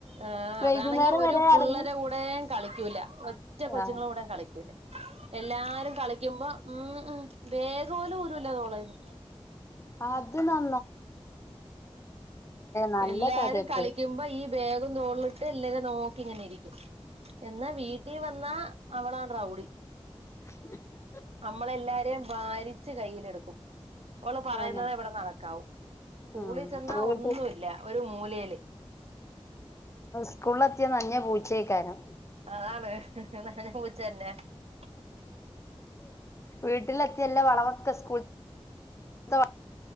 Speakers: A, on the right; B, on the left.
A: ആഹ്
B: വൈകുന്നേരം
A: അതാണെങ്കി ഒരു
B: വരെ
A: പുള്ളരെ
B: അടങ്ങി
A: കൂടെയും കളിക്കൂല ഒറ്റ കൊച്ചുങ്ങളെ
B: ആഹ
A: കൂടെയും കളിക്കൂല എല്ലാരും കളിക്കുമ്പോ ഉം ഉം ഉം ബേഗ് പോലും ഊരുല്ല തോളേന്ന്
B: അത് ന നല്ല
A: എല്ലാരും
B: കഥേപ്പ്
A: കളിക്കുമ്പോ ഈ ബേഗും തോളിലിട്ട് എല്ലര നോക്കി പിങ്ങനെ ഇരിക്കും എന്നാ വീട്ടി വന്നാ അവളാണ് റൗഡി
B: <unintelligible>
A: നമ്മള എല്ലാരെയും ഭാരിച്ച് കയ്യിലെടുക്കും അവള് പറയുന്നത്
B: ആല്ലെ
A: ഇവിടെ നടക്കാവൂ സ്കൂളിൽ
B: ഉ
A: ചെന്നാ ഒന്നുമില്ല
B: പോട്ട്
A: ഒരു മൂലയില്
B: സ്കൂളിത്തിയ അഞ്ഞ പൂച്ചേക്കാരം
A: അതാണ് ഹ് ഹ് നനഞ്ഞ പൂച്ച തന്നെ <unintelligible>
B: വീട്ടിലെത്തി എല്ല വളവൊക്കെ സ്കൂൾത്ത വ